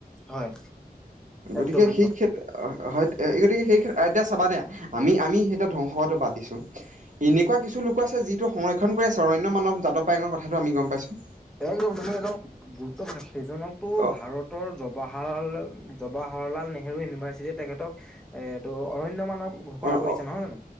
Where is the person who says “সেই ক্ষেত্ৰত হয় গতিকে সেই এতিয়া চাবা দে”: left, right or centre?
Right